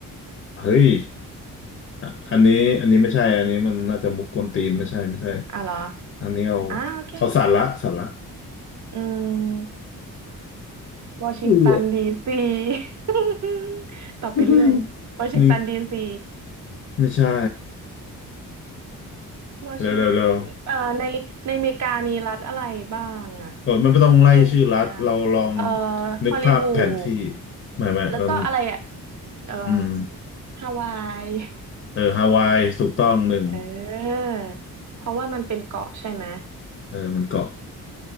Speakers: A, on the left; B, on the right.
A: เฮ้ยอ่ะอันนี้อันนี้ไม่ใช่อันนี้มันน่าจะมุกกวนตีนไม่ใช่ไม่ใช่
B: <laughs> อ่ะเหรอ
A: อันนี้เอา
B: อ่าโอเค
A: เอาสาระสาระ
B: อืมวอชิง
A: เออ
B: <laughs> ตันดีซี <laughs> ต่อไปเรื่อยวอชิงตันดีซี
A: <laughs> นี่ไม่ใช่
B: วอชิงตันเอ่อในในอเมริกามีรัฐอะไรบ้างอะ
A: เร็วเร็วเร็วเออมันไม่ต้องไล่ชื่อรัฐเราลอง
B: ในอเมริกา เอ่อ
A: นึกภาพแผนที่
B: ฮอลลีวูด
A: ไม่ไม่เรา
B: แล้วก็อะไรอะเอ่อ
A: อืม
B: ฮาวาย
A: เออฮาวายถูกต้องหนึ่ง
B: เออเพราะว่ามันเป็นเกาะใช่ไหม
A: เออมันเกาะ